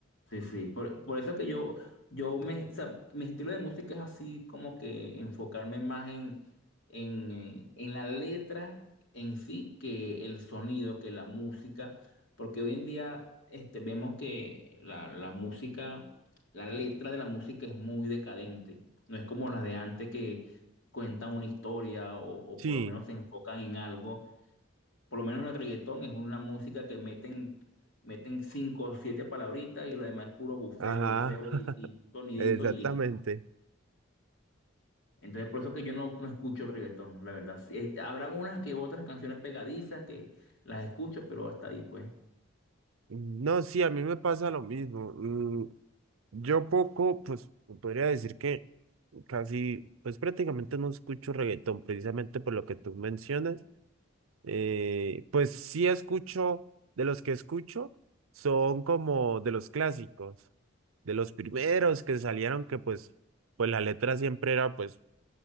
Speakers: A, on the left (about 70°); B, on the right (about 85°).
A: Sí, sí, por, por eso que yo, yo me, o sea, mi estilo de música es así como que enfocarme más en, en, en la letra en sí que el sonido, que la música, porque hoy en día este, vemos que la, la música, la letra de la música es muy decadente, no es como las de antes que cuentan una historia o, o
B: Sí,
A: por lo menos se enfocan en algo. Por lo menos el reggaetón es una música que meten, meten cinco o siete palabritas y lo demás es puro bufeo,
B: ajá,
A: bufeo
B: <laughs>
A: y, y sonidito y listo.
B: exactamente.
A: Entonces por eso que yo no, no escucho reggaetón, la verdad. Sí, eh, habrán unas que otras canciones pegadizas que las escucho, pero hasta ahí pues.
B: No, sí, a mí me pasa lo mismo. Mm, Yo poco, pues podría decir que casi, pues prácticamente no escucho reggaetón, precisamente por lo que tú mencionas. Eh, pues sí escucho, de los que escucho, son como de los clásicos, de los primeros que salieron, que pues, pues la letra siempre era pues